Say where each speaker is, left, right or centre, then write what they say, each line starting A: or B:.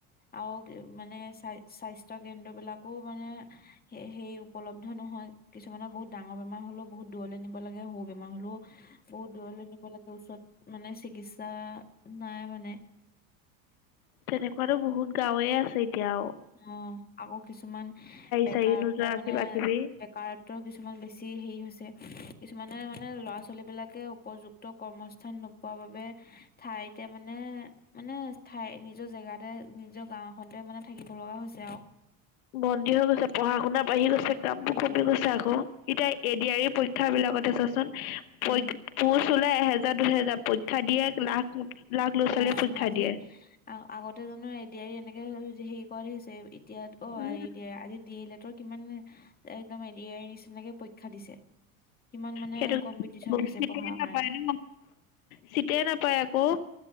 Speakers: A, on the left; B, on the left.
A: আৰু মানে, স্বাস্থ্য কেন্দ্ৰ বিলাকো মানে এ সেই উপলব্ধ নহয় কিছু কিছুমানৰ বহুত ডাঙৰ বেমাৰ হ'লেও বহুত দূৰলৈ নিব লাগে, সৰু বেমাৰ হ'লেও বহুত দূৰলৈ নিব লাগে ওচৰত মানে চিকিৎসা, নাই মানে।
B: তেনেকুৱাতো বহুত গাঁৱে আছে এতিয়াও।
A: অ' আকৌ কিছুমান বেকাৰত্ব
B: চাড়ী নোযোৱা
A: মানে
B: কিবা কিবি
A: কাৰত্ব কিছুমান বেছি হেৰি হৈছে কিছুমানে মানে ল'ৰা ছোৱালীবিলাকে উপযুক্ত কৰ্মস্থান নোপোৱা পোৱা বাবে ঠাইতে মানে, মানে ঠাই নিজৰ জেগাতে নিজৰ গাঁও খনতে মানে থাকিব লগা হৈছে আৰু।
B: বন্দী হৈ গৈছে, পঢ়া শুনা বাঢ়ি গৈছে কাম বোৰ
A: উম
B: কমি গৈছে আকৌ। এতিয়া এডি আৰ ই পৰীক্ষা বিলাকতে চোৱাচোন প
A: উম
B: পোচ ওলাই এহেজাৰ দুহেজাৰ পৰীক্ষা দিয়ে লাখ লাখ ল'ৰা ছোৱালীয়ে
A: অ',
B: পৰীক্ষা
A: আজি
B: দিয়ে।
A: আগতে জানো এডি আৰ ই এনেকে হেৰি কৰা দি হৈছে এতিয়া অ'
B: উম
A: <unintelligible> কিমান একদম এডি আৰ ই নিচিনাকে পৰীক্ষা দিছে। কিমান মানে
B: সেইটো
A: কম্পিটিচন হৈছে
B: চিটেই
A: পঢ়াৰ
B: নাপায়
A: কাৰণে।
B: ন চিটেই নাপায় আকৌ